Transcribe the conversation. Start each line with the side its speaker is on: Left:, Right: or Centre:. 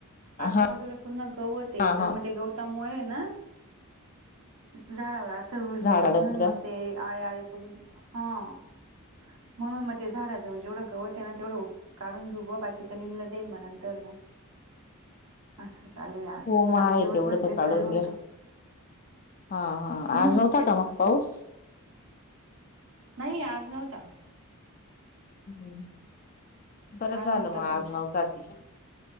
Right: आजूबाजूला
Left: हा
Right: पूर्ण गवत ये
Left: हा
Right: तर
Left: हा
Right: मग ते गवतामुळे ना झाडावर असर होईल बुआ
Left: झाड अडप
Right: म्हणून मग
Left: का
Right: ते आळे आळे पडून, हा म्हणून मग ते झाडाजवळ जेवढं गवत त्यांना तेवढं काढून घेऊ बुआ बाकीचं निघलं देईन मग नंतर म असं चालू आहे आज
Left: हो मग
Right: काम
Left: आहे
Right: दिवसभर
Left: तेवढं तर
Right: तेच
Left: काढून
Right: चालू होतं.
Left: घ्या हा हा
Right: हम्म
Left: आज नव्हता
Right: तेच
Left: का
Right: ना
Left: मग पाऊस?
Right: नाही आज नव्हता.
Left: हम्म, बरं झालं
Right: नव्हता
Left: मग आज
Right: पाऊस
Left: नव्हता ते.